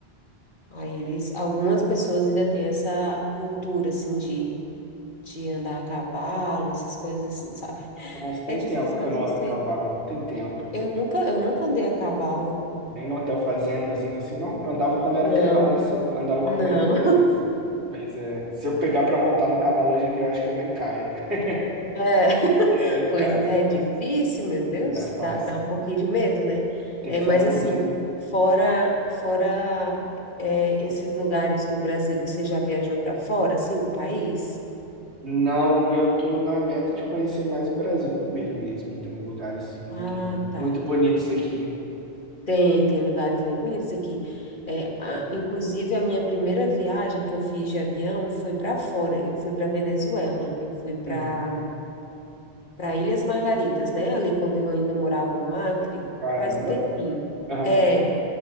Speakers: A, on the left (about 50°); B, on the right (about 85°).
A: Aí eles, algumas pessoas ainda têm essa cultura assim de, de andar a cavalo, essas coisas assim, sabe?
B: Nossa, tem
A: É difícil,
B: tempo que eu
A: mas
B: não
A: você.
B: ando a cavalo. Tem tempo.
A: Eu nunca, eu nunca andei a cavalo.
B: Nem no hotel fazendazinho assim, não. Eu andava quando era
A: Não,
B: criança. Eu andava
A: não.
B: quando era criança. Mas é, se eu pegar pra montar no cavalo hoje em dia, eu acho que eu bem caio. <laughs>
A: É, <laughs>
B: É,
A: pois
B: cara,
A: é, difícil, meu Deus,
B: não é fácil,
A: dá, dá
B: né?
A: um pouquinho de medo, né?
B: Tem
A: É,
B: que ser
A: mas
B: um mansinho.
A: assim, fora fora é, esses lugares do Brasil, você já viajou para fora, assim, do país?
B: Não, eu tô na meta de conhecer mais o Brasil primeiro mesmo. Tem lugares muito,
A: Ah,
B: boni- muito
A: tá.
B: bonitos aqui.
A: Tem, tem lugares bem bonitos aqui. É, a- inclusive, a minha primeira viagem que eu fiz de avião foi para fora. Eu fui para Venezuela. Eu fui para
B: Uhum.
A: para Ilhas Margaritas, né? Ali quando eu ainda morava no Acre,
B: Caramba.
A: faz um tempinho.
B: Aham.
A: É,